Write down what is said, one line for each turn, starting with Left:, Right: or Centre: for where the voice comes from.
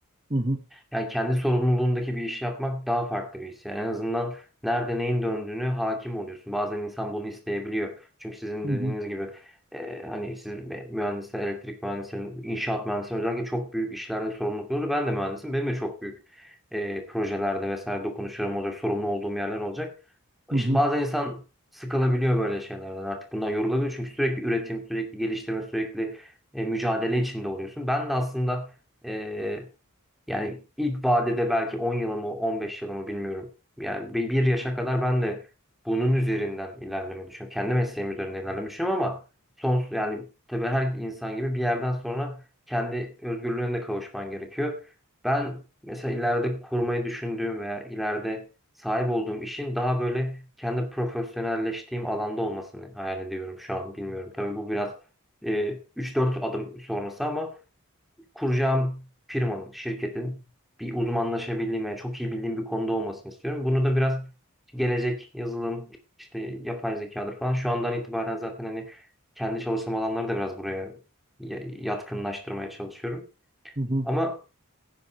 Right: Hı hı,
Centre: Yani kendi sorumluluğundaki bir işi yapmak daha farklı bir his. Yani en azından nerede neyin döndüğünü hakim oluyorsun. Bazen insan bunu isteyebiliyor. Çünkü sizin
Right: hı
Centre: dediğiniz
Right: hı,
Centre: gibi e, hani siz mü- mühendisler, elektrik mühendislerin, inşaat mühendislerin özellikle çok büyük işlerde sorumlulukları. Ben de mühendisim. Benim de çok büyük e, projelerde vesaire dokunuşlarım olacak, sorumlu olduğum yerler olacak.
Right: hı
Centre: İşte
Right: hı,
Centre: bazen insan sıkılabiliyor böyle şeylerden artık bundan yorulabiliyor çünkü sürekli üretim, sürekli geliştirme, sürekli e, mücadele içinde oluyorsun. Ben de aslında e, yani ilk vadede belki 10 yılımı, 15 yılımı bilmiyorum. Yani bir bir yaşa kadar ben de bunun üzerinden ilerlemeyi düşünüyorum. Kendi mesleğim üzerinden ilerlemeyi düşünüyorum ama son yani tabii her insan gibi bir yerden sonra kendi özgürlüğüne de kavuşman gerekiyor. Ben mesela ileride kurmayı düşündüğüm veya ileride sahip olduğum işin daha böyle kendi profesyonelleştiğim alanda olmasını hayal ediyorum şu an bilmiyorum. Tabii bu biraz e, 3-4 adım sonrası ama kuracağım firmanın, şirketin bir uzmanlaşabildiğim ve çok iyi bildiğim bir konuda olmasını istiyorum. Bunu da biraz gelecek yazılım, işte yapay zekadır falan. Şu andan itibaren zaten hani kendi çalışma alanları da biraz buraya ya- yatkınlaştırmaya çalışıyorum.
Right: hı hı.
Centre: Ama